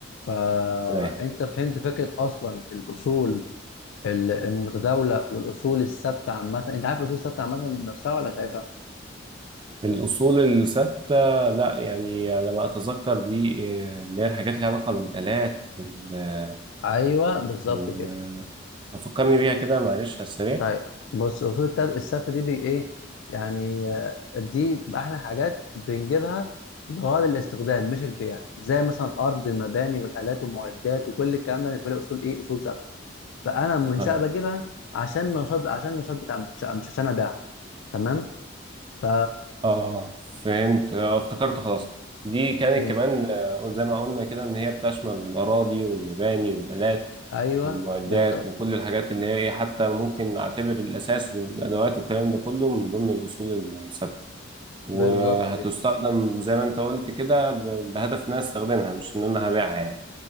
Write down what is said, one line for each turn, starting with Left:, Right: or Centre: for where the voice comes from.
Left: فانت
Right: تمام
Left: فهمت فكره اصلا الاصول ال- المتداوله والاصول الثابته عامه انت عارف الاصول الثابته عامه نفسها ولا شايفها؟
Right: الاصول الثابتة لا يعني على ما اتذكر دي آه، اللي هي الحاجات اللي لها علاقة بالالات وال... آه،
Left: ايوه بالظبط
Right: و-
Left: كده
Right: آه، ففكرني بيها كده معلش على السريع
Left: طيب بص اصول التر- الثبت دي بي ايه يعني آه، دي بتبقى احلى حاجات بنجيبها لغرض الاستخدام مش البيع زي مثلا الارض المباني والالات والمعدات وكل الكلام ده بالنسبه لي اصول ايه اصول ثبت فانا المنشاه
Right: آه.
Left: بجيبها عشان النشاط عشان النشاط بتاع المنشاه مش عشان ابيعها تمام ف
Right: اه فهمت آه افتكرت خلاص دي كانت
Left: مم.
Right: كمان آه، زي ما قلنا كده ان هي بتشمل الاراضي والمباني والالات
Left: ايوه
Right: المعدات
Left: بالظبط
Right: وكل الحاجات اللي هي ايه حتى ممكن نعتبر الاساس والادوات والكلام ده كله من ضمن الاصول الثابته وهتستخدم
Left: بالظبط كده
Right: زي ما انت قلت كده ب- بهدف ان انا استخدمها مش ان انا هبيعها يعني